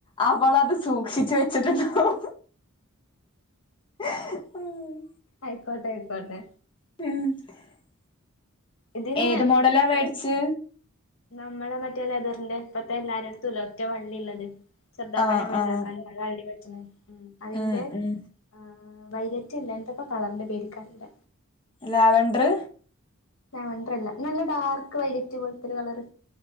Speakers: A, on the left; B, on the left.
A: അവളത് സൂക്ഷിച്ചു വെച്ചിട്ടുണ്ടാക്കും <unintelligible>
B: അയിക്കോട്ടെ അയിക്കോട്ടെ
A: <inaudible>
B: ഇതിനെ
A: ഏത് മോഡലാ വേടിച്ച്
B: ഇത് നമ്മളെ മറ്റേ ലെതറിന്റെ ഇപ്പത്തെ എല്ലാര എടുത്തുംല്ല ഒറ്റെ വള്ളില്ലത്. ചെർതക്കാനും
A: ആഹ്
B: വൽതാക്കാനും
A: ആഹ്
B: അതാരോടേം പറ്റ്ണ അതിന്ടെ
A: ഉം ഉം
B: ആ വൈലറ്റ് അല്ല എന്തപ്പആ കളറിന്റെ പേര് ഇൻക്കറീല.
A: ലാവൻഡറ്
B: ലാവേൺട്രല്ല നല്ല ഡാർക്ക് വൈലറ്റ് പോലത്തെരു കളറ്.